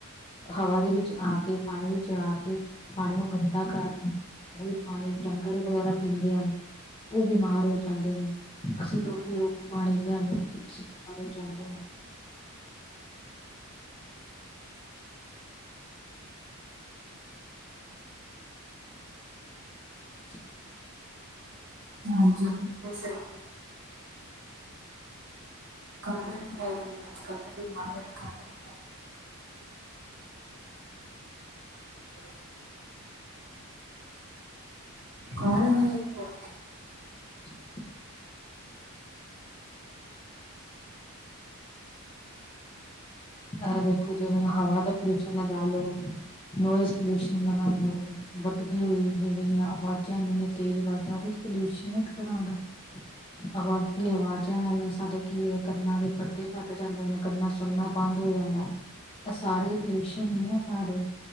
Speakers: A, on the left; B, on the right.
A: ਹਵਾ ਦੇ ਵਿੱਚ ਆ ਕੇ ਪਾਣੀ ਵਿੱਚ ਆ ਕੇ ਪਾਣੀ ਨੂੰ ਗੰਦਾ ਕਰ ਰੇ ਪਾਣੀ ਡੰਗਰ ਵਗੈਰਾ ਪੀਂਦੇ ਹਨ ਔ ਬਿਮਾਰ ਹੋ ਜਾਂਦੇ ਨੇ। ਅਸੀ ਲੋਕੀ ਓ ਪਾਣੀ ਚ ਜਾਂਦੇ ਅਸੀਂ ਬੀਮਾਰ ਹੋ ਜਾਂਦੇ ਹਾ- <inaudible>
B: ਹਾਂਜੀ ਬੋਤ ਸਹੀ। ਕਾਰਨ ਈ ਐਈ ਐ। ਅੱਜ-ਕੱਲ੍ਹ ਤਾਂ ਬਿਮਾਰੀਆਂ ਦਾ ਕਾਰਨ ਐ। <inaudible> ਕਾਰਨ ਈ ਇਹ ਈ ਓਕੇ।
A: <unintelligible> ਅਹ ਦੇਖੋ ਜੇਵੇਂ ਹਵਾ ਦਾ ਪੋਲਊਸ਼ਨ ਲਗਾ ਲਓ। ਨੋਇਸ ਪੋਲਿਊਸ਼ਨ ਲਗਾ ਲਓ। ਵੱਧਦੀ ਹੋਈ ਜਿਵੇਂ ਆਵਾਜ਼ਾਂ ਆ ਜੀਆਂ ਤੇਜ਼ ਆਵਾਜ਼ਾਂ ਓਈ ਤ ਪੋਲਿਊਸ਼ਨ ਏ ਇੱਕ ਤਰ੍ਹਾਂ ਦਾ ਆਹੋ ਆਦੀ ਆਵਾਜ਼ਾਂ ਨਾਲ ਸਾਡੇ ਕੀ ਏ ਕੰਨਾ ਦੇ ਪਰਦੇ ਫਟ ਜਾਂਦੇ ਨੇ। ਕੰਨਾ ਸੁਣਨਾ ਬੰਦ ਹੋ ਜਾਂਦਾ। ਐ ਸਾਰੇ ਪੋਲਊਸ਼ਨ ਈ ਆ ਸਾਰੇ।